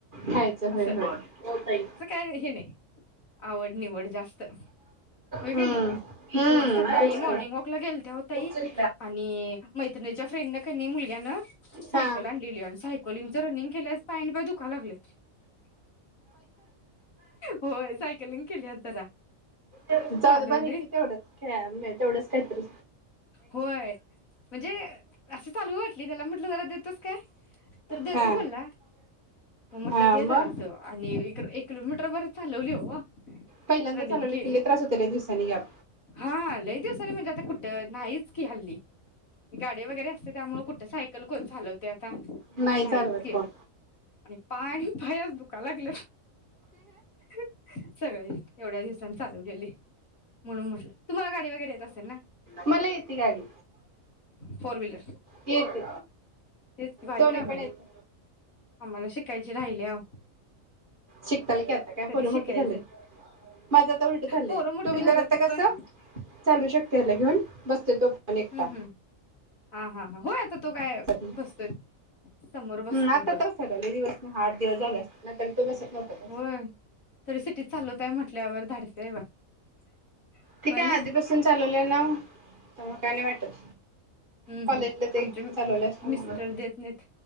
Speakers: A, on the right; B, on the left.
A: खायचं
B: असं
A: होय होय.
B: असं काय हे नाही आवड निवड जास्त व्हयं
A: हम्म
B: कणी.
A: हम्म
B: आज सकाळी
A: तेच
B: मोर्निंगवाकला गेलत्या व्हं ताई
A: की
B: आणि मैत्रिणींच्या फ्रेंडन कणी मुलग्यान सायकल
A: हा
B: आणलेली आणि सायकलिनचं रनिंग केलंयज पाय आणि पाय दुखायं लागलंय. होय सायकलिंग केली आज जरा
A: जाऊदया
B: चालवली
A: बरं कि तेवढंच ख्यळाय मिळ तेवढंच काय तरी
B: होय म्हणजे असं चालंवू वाटली त्याला म्हटलं जरा देतोस काय? तर देतो
A: हा
B: बोलला. मग म्हटलं
A: हा
B: दे
A: मग
B: जरास आणि इकर ए किलोमीटरबर चालवली ओ
A: पहिल्यांदा
B: रणीगं
A: चालवलं
B: केली.
A: किल्ले त्रास होते लय दिवसांनी गॅप
B: हा लई दिवसांनी म्हणजे आता कु नाहीच कि हल्ली. ती गाडी वगैरे असतंय त्यामुळे कुठं सायकल कोण चालवत्यात ता
A: नाही
B: नाहीच
A: चालवत
B: कि
A: कोण
B: आणि पाय पाय आज दुखायला लागल्यात. ह‌् सगळे. एवढ्या दिवसांनी चालवलेली म्हणून म्हटलं तुम्हाला गाडी वगैरे येत असेल ना?
A: मला येती गाडी.
B: फोर व्हीलर
A: येते
B: तेच की भारी
A: दोन्ही
B: काम
A: पण
B: आहे
A: येत्यात.
B: आम्हाला शिकायचे राहिले अहो
A: शिकताल की आता काय
B: कधी
A: पोरं मोठी
B: शिकायचे
A: झाल्यात. माझं आता उलट चाल्लंय.
B: पोरं मोठे
A: टू व्हीलर
B: झालेत
A: आता कसं
B: पण
A: चालू शकते याला घेऊन बसते तो पण एकटा
B: हम्म हम्म! हा हा. होय? आता तो काय
A: हम्म
B: बसतोय समोर बसतोय
A: आता
B: होय.
A: त्रास झाला लय दिवस ना आठ दिवस झाले असतील नाहीतर तो बसत नव्हता
B: होय? तरी सिटीत चालवताय म्हटल्यावर धाडसी हाय बा. <unintelligible>
A: ते
B: होय
A: काय
B: ना
A: आधीपासून चालवलेलाव. तवा काय नाही वाटत.
B: अम्म
A: कॉलेजला
B: हम्
A: ते
B: आमचे
A: चालवलं असल्यामुळे
B: मिस्टर देत नाहीत.